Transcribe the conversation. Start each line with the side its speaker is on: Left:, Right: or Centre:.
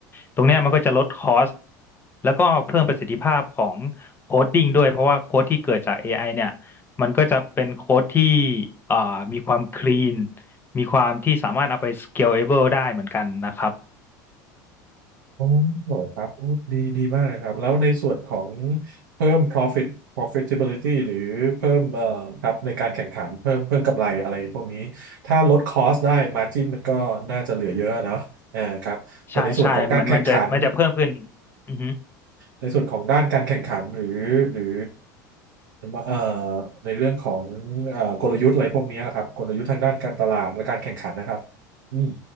Left: ตรงเนี้ยมันก็จะลดคอสแล้วก็เพิ่มประสิทธิภาพของโคดดิ้งด้วยเพราะว่าโค้ดที่เกิดจาก AI เนี่ยมันก็จะเป็นโค้ดที่เอ่อมีความคลีน มีความที่สามารถเอาไป scalable ได้เหมือนกันนะครับ
Right: อ๋อครับโอ้ดีดีมากเลยครับแล้วในส่วนของเพิ่ม profit profitability หรือเพิ่มเอ่อครับในการแข่งขันเพิ่มเพิ่มกำไรอะไรพวกนี้ถ้าลดคอสได้ margin มันก็น่าจะเหลือเยอะเนอะอ่าครับแต่ในส่วนของการแข่งขัน
Left: ใช่ใช่มันมันจะมันจะเพิ่มขึ้นอือฮึ
Right: ในส่วนของด้านการแข่งขันหรือหรือเอ่อในเรื่องของเอ่อกลยุทธ์อะไรพวกนี้นะครับกลยุทธ์ทางด้านการตลาดและการแข่งขันนะครับอืม